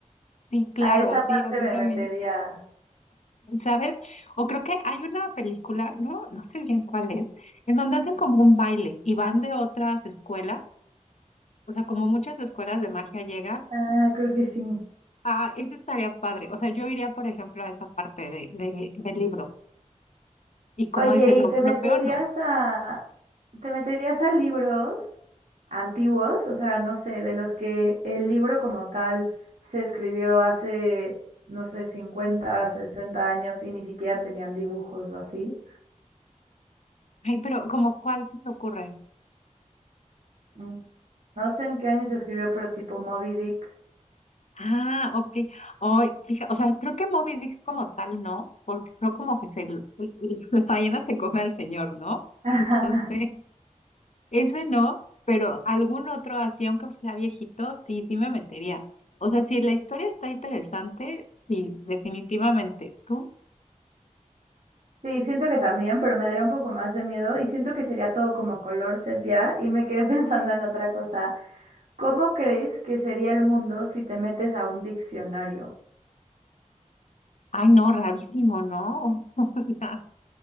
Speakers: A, on the left; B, on the right.
A: sí, claro,
B: A esa
A: sí,
B: parte
A: a mí
B: me
A: también,
B: metería.
A: ¿sabes? O creo que hay una película, no, no sé bien cuál es, en donde hacen como un baile y van de otras escuelas, o sea, como muchas escuelas de magia llegan
B: Ah, creo que sí.
A: Ah, esa estaría padre. O sea, yo iría, por ejemplo, a esa parte de, de- del libro. Y como
B: Oye,
A: dice, lo,
B: ¿y te
A: lo
B: meterías
A: peor no.
B: a, te meterías a libros antiguos? O sea, no sé, de los que el libro como tal se escribió hace, no sé, 50, 60 años y ni siquiera tenían dibujos o así.
A: Ay, pero como cuál se te ocurre?
B: Mm. No sé en qué año se escribió, pero tipo Moby Dick.
A: Ah, ok. Ay, fija, o sea, creo que Moby dijo como tal, ¿no? Porque creo como que se, el- el- <laughs> la ballena se come al señor, ¿no?
B: <laughs>
A: Entonces,
B: Ajá.
A: ese no, pero algún otro así, aunque sea viejito, sí, sí me metería. O sea, si la historia está interesante, sí, definitivamente. Tú,
B: Sí, siento que también, pero me daría un poco más de miedo y siento que sería todo como color sepia y me quedé <laughs> pensando en otra cosa. ¿Cómo crees que sería el mundo si te metes a un diccionario?
A: ay, no, rarísimo, ¿no? <laughs> O sea.